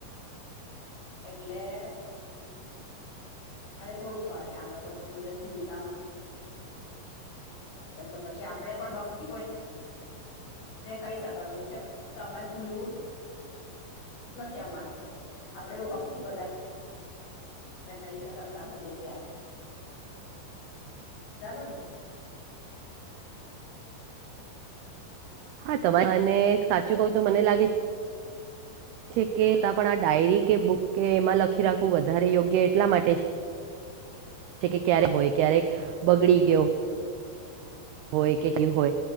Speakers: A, on the left; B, on the right.
A: એટલે. અને થોડુંક ભાઈ આ લોકો તો કોઈ દિવસ ભૂલતા નથી. <inaudible> પછી આપડે પણ હક થી કોઈ એ કઈશ કરવું છે મે ભૂલવું નથી અમાર કરવી આપડે એવું હક થી બધા આપડે કઇસકતા હોઈએે ત્યારે- બરાબર ને
B: હા તમારે મને સાચું કવું તો મને લાગે છે છે કે તો પણ આ ડાયરી કે બુક કે એમાં લખી રાખવું વધારે યોગ્ય એટલા માટે છે. કે ક્યારેક હોય ક્યારેક બગડી ગયો. હોય કે કયું હોય